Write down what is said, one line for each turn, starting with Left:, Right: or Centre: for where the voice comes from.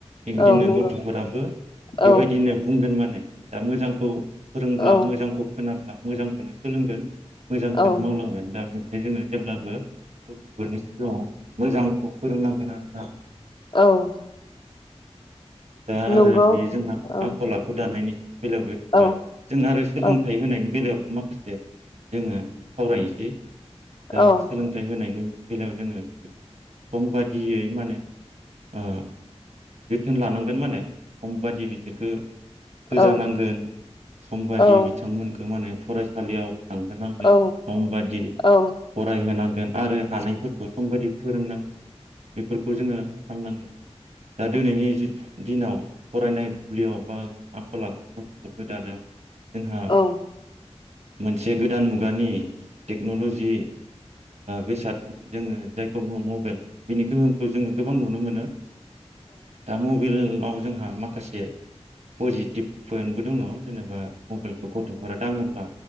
Right: बिबादिनो
Left: औ नंगौ
Right: गथ'फोराबो बेबायदिनो
Left: औ
Right: बुंगोन माने दा मोजांखौ ब्ला
Left: औ
Right: मोजांखौ खोनाब्ला मोजांखोनो सोलोंगोन मोजांखोनो
Left: औ
Right: मावलांगोन दा बो बे जोंना जेब्लाबो गथ'फोरनि सिगाङाव मोजांखौ फोरोंनांगोन आरोना
Left: औ
Right: दा
Left: नंगौ
Right: आरो बेयो जोंहा
Left: औ
Right: आखल आखु दानायनि बेलायावबो थांबाय
Left: औ
Right: जों आरो सोलोंथाइ
Left: औ
Right: होनायनि बेलायाव ओ माखासे जोङो सावरायनोसै
Left: औ
Right: दा
Left: औ
Right: सोलोंथाइ होनायनि बेलायाव जोङो बिथांमोनखौ सम बादियै माने ओ। जोथोन लानांगोन माने सम बायदि बिसोरखौ । फोजानांगोन
Left: औ
Right: सम बादि
Left: औ
Right: बिथांमोनखौ माने। फरायसालियाव। थांहोनांगोन
Left: औ
Right: सम बादि फरायहोनांगोन।
Left: औ
Right: आरो। थानायफोरखौ सम बायदि फोरोंनांगोन बेफोरखौ जोङो खालामनांगोन। दा दिनैनि दिनाव। फरायनाय बुब्लियाव बा आखल आखु गथ'फोरखौ दानायाव। जोंहा
Left: औ।
Right: मोनसे गोदान मुगानि टेक्न'लजि बेसाद जोङो जायखौ बुङो मबाइल बिनि गोहोमखौ जोङो। गोबां नुनो मोनो। दा मबाइलाव जोंहा माखासे पजिटिभ पइन्टबो दङ जेनेबा। मबाइलखौ गथ'फोरा दाङोब्ला